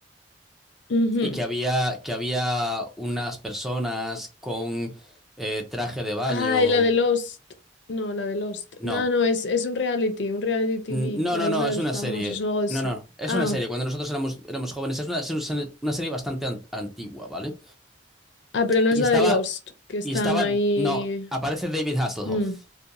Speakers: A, on the left; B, in the centre.
A: ujú.
B: y que había, que había unas personas con eh, traje de baño.
A: Ay, la de Lost. No, la de Lost.
B: No,
A: No, no, es, es un reality, un reality TV,
B: N- no,
A: la
B: no, no,
A: isla
B: es
A: de los
B: una
A: famosos
B: serie.
A: o algo de eso.
B: No, no, es
A: Ah,
B: una serie. Cuando nosotros éramos, éramos jóvenes, es una, es una- una serie bastante an- antigua, ¿vale?
A: ah, pero no
B: Y
A: es
B: estaba,
A: la de Lost, que están
B: y estaba,
A: ahí.
B: no, aparece David Hasselhoff
A: Mm,